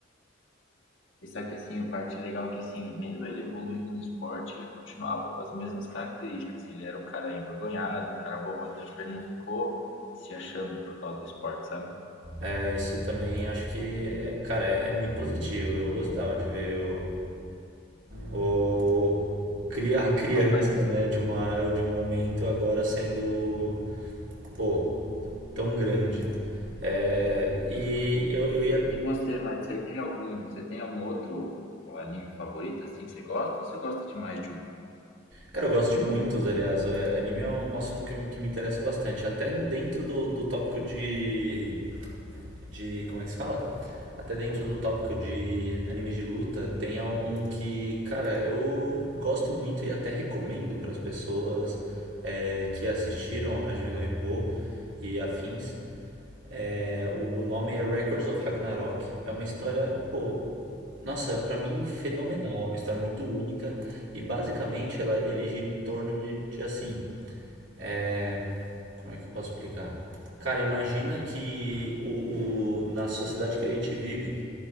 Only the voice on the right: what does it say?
É, Isso também acho que, é- cara, é, é muito positivo. Eu gostava de ver o, o- cri- a criança,
né, de uma, de um momento agora sendo, pô, tão grande. É, e eu, eu ia
Cara, eu gosto de muitos, aliás. É, anime é um assunto que, que me interessa bastante. Até dentro do, do tópico de. de. como é que se fala? Até dentro do tópico de animes de luta, tem um que, cara, eu gosto muito e até recomendo para as pessoas é, que assistiram Hajime no Ippo e afins. É, o nome é Records of Ragnarok. É uma história, pô, nossa, pra mim fenomenal. É uma história muito única e basicamente ela, ele gira em torno de, de assim. é, como é que eu posso explicar? Cara, imagina que o, o- na sociedade que a gente vive,